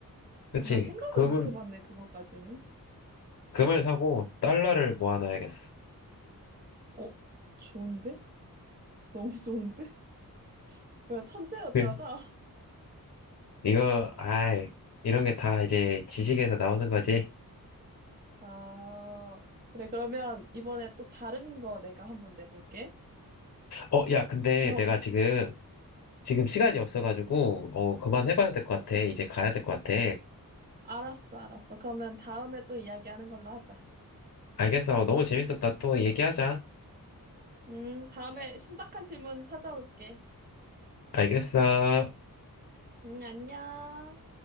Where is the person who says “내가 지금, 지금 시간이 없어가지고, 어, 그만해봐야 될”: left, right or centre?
Left